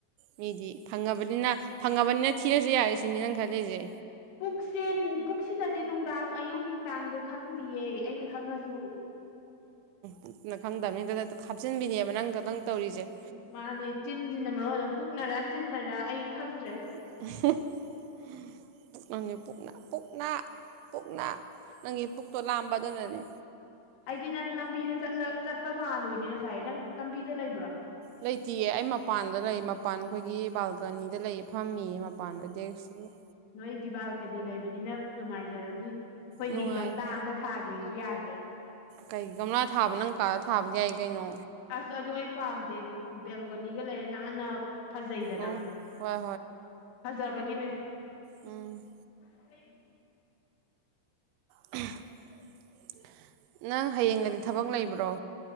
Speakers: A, on the right (about 85°); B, on the left (about 80°).
A: ꯃꯤꯗꯤ ꯐꯪꯉ ꯕꯅꯤꯅ ꯐꯪꯉꯕꯅꯤꯅ ꯊꯤꯔꯁꯨ ꯌꯥꯔꯦ ꯁꯤꯅꯤ ꯅꯪ ꯈꯜꯂꯤꯁꯦ꯫
B: ꯄꯨꯛꯁꯦꯟ ꯄꯨꯛꯁꯤꯅꯗꯤ ꯅꯨꯡꯗꯥꯡ ꯑꯌꯨꯛ ꯅꯨꯡꯗꯥꯡꯗꯣ ꯈꯪꯗꯤꯌꯦ ꯑꯩꯅ ꯈꯪꯉꯁꯨ꯫
A: ꯄꯨꯛꯅ ꯈꯪꯗꯕꯅꯤꯗ ꯗꯗꯛꯇ ꯍꯥꯞꯆꯤꯟꯕꯤꯅꯦꯕ ꯅꯪ ꯈꯛꯇꯪ ꯇꯧꯔꯤꯁꯦ꯫
B: ꯎ ꯃꯥꯅꯦ ꯆꯤꯟꯁꯤꯅ ꯃꯔꫭꯜ ꯑꯝ ꯄꯨꯛꯅꯔꯥ ꯆꯤꯟꯅꯔꯥ ꯑꯩ ꯈꯪꯗ꯭ꯔꯦ꯫
A: <unintelligible> ꯄꯨꯛꯅꯅꯦ ꯄꯨꯛꯅꯥ ꯄꯨꯛ ꯅꯥ ꯄꯨꯛꯅꯥ ꯅꯪꯒꯤ ꯄꯨꯛꯇꯣ ꯂꯥꯝꯕ ꯗꯨꯅꯅꯦ꯫
B: ꯑꯩꯗꯤ ꯅꯪ ꯂꯝꯕꯤꯗ ꯆꯠꯂ ꯆꯠꯄ ꯃꯥꯜꯂꯨꯏꯅꯦ ꯉꯁꯥꯏ ꯅꯪ ꯂꯝꯕꯤꯗ ꯂꯩꯕ꯭ꯔꯣ꯫
A: ꯂꯩꯇꯤꯌꯦ ꯑꯩ ꯃꯄꯥꯟꯗ ꯂꯩ ꯃꯄꯥꯟ ꯑꯈꯣꯏꯒꯤ ꯕꯥꯜꯀꫭꯅꯤꯗ ꯂꯩꯌꯦ ꯐꯝꯃꯤꯌꯦ ꯃꯄꯥꯟꯗ ꯗꯦꯁꯛ
B: ꯅꯣꯏꯗꯤ ꯕꯥꯜꯀꯅꯤ ꯂꯩꯕꯅꯤꯅ ꯅꯨꯡꯉꯥꯏꯖꯔꯝꯅꯤ꯫ ꯈꫭꯏꯗꯤ
A: ꯅꯨꯡꯉꯥꯏ
B: ꯒꯝꯇꯥ ꯑꯝꯇ ꯊꯥꯒꯦꯁꯨ ꯌꯥꯗ꯭ꯔꯦ꯫
A: ꯀꯩ ꯒꯝꯂꯥ ꯊꯥꯕ ꯅꯪ ꯀꯥꯗ ꯊꯥꯕꯗꯤ ꯌꯥꯏ ꯀꯩꯅꯣ꯫
B: ꯑꯁ ꯑꯗꯨ ꯑꯩ ꯄꯥꯝꯗꯦ ꯕꯦꯜꯀꯣꯅꯤꯒ ꯂꯩꯔꯦ ꯅꯥꯟꯅ ꯐꯖꯩꯗꯅ
A: ꯎꯝ ꯍꯣꯏ
B: ꯐꯖꯕꯒꯤꯅꯦ꯫
A: ꯑꯝ
B: <inaudible>
A: <unintelligible> ꯅꯪ ꯍꯌꯦꯡꯒꯗꯤ ꯊꯕꯛ ꯂꯩꯕ꯭ꯔꯣ꯫